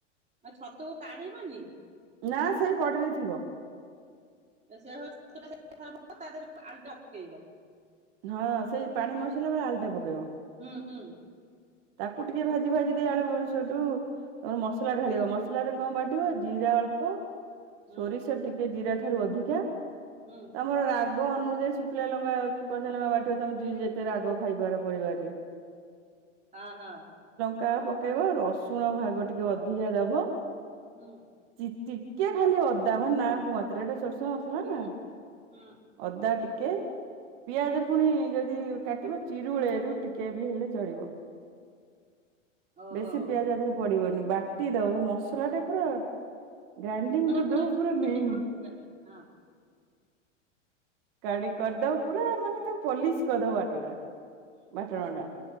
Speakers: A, on the right; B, on the right.
A: ଆଉ ଛତୁକୁ କାଢ଼ିବନି?
B: ନା ସେଇ କଢେଇରେ ଥିବ।
A: ସେ ସିଏ <unintelligible> ତା ଦେହରେ ଆଳୁ ଟା ପକେଇବ
B: ହଁ ସେଇ ପାଣି ମସଲା ବେଳେ ଆଲଟା ପକେଇବ
A: ହୁଁ ହୁଁ।
B: ତାକୁ ଟିକେ ଭାଜି ଭାଜି ଦେଇ ଆଳୁ ସେଇଠୁ ତମର ମସଲା ଢାଳିବ ମସଲାଟରେ କଣ ବାଟିବ ଜିରା ଅଳ୍ପ
A: ହୁଁ
B: ସୋରିଷ ଟିକେ ଜିରା ଠାରୁ ଅଧିକା
A: ହୁଁ।
B: ତମର ରାଗ ରଗ ଅନୁଯାୟୀ ଶୁଖିଲା ଲଙ୍କା କହ ମା ବାଠ ତମେ ଯ ଯେତେ ରାଗ ଖାଇବାର ପରିବାରରେ
A: ହଁ ହଁ।
B: କାହା ପକେଇବ ରସୁଣ ଭାଗ ଟିକେ ଅଧିକା ଦବ
A: ହୁଁ।
B: ଚି ଟିକେ ଖାଲି ଅଦା ମାନେ ନାଁ କ ମାତ୍ର ଏଇଟା ସୋରଷ ମସଲା
A: ହୁଁ
B: ନା
A: ହୁଁ
B: ଅଦା ଟିକେ କେ ପିଆଜ ପୁଣି ଯଦି କାଟିବ ଚିରୁଳେଇରୁ ଟିକେ ବି ହେଲେ ଚଳିବ।
A: ଓହୋ
B: ବେଶୀ ପିଆଜ ଏଥିରେ ପଡିବନି ବାଟି ଦବ ମସଲା ଟା ପୁରା ଗ୍ରାଇଡିଙ୍ଗ
A: ମାନେ
B: କରିଦବ
A: ହଁ
B: ପୁରା ମେନ କାଡି କରିଦବ ପୁରା ମାନେ ତାକୁ ପଲିସ କରିଦବ ବାଟଟା ବାଟଣୋଟା